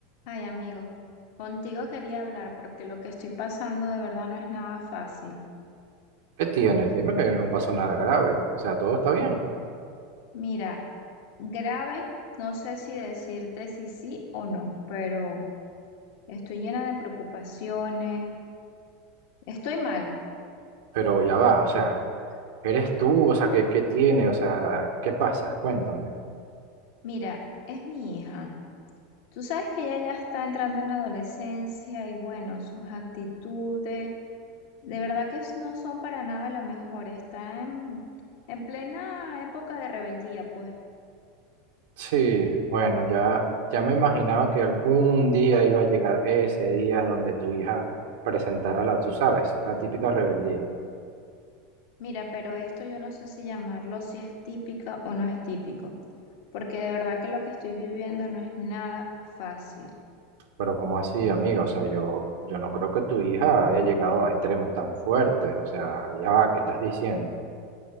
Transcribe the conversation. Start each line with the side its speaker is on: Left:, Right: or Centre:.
Left: Ay, amigo, contigo quería hablar porque lo que estoy pasando de verdad no es nada fácil.
Right: ¿Qué tienes? Dime que no pasó nada grave. O sea, todo está bien.
Left: Mira, grave, no sé si decirte si sí o no, pero estoy llena de preocupaciones. Estoy mal.
Right: Pero ya va, o sea, eres tú, o sea, ¿qué, qué tiene? O sea, ¿qué pasa? Cuéntame.
Left: Mira, es mi hija. Tú sabes que ella ya está entrando en la adolescencia y bueno, sus actitudes de verdad que es- no son para nada lo mejor. Está en, en plena época de rebeldía, pues.
Right: Sí, bueno, ya, ya me imaginaba que algún día iba a llegar ese día donde tu hija presentara la, tú sabes, la típica rebeldía.
Left: Mira, pero esto yo no sé si llamarlo si es típica o no es típico, porque de verdad que lo que estoy viviendo no es nada fácil.
Right: Pero ¿cómo así, amiga? O sea, yo, yo no creo que tu hija haya llegado a extremos tan fuertes. O sea, ya va, ¿qué estás diciendo?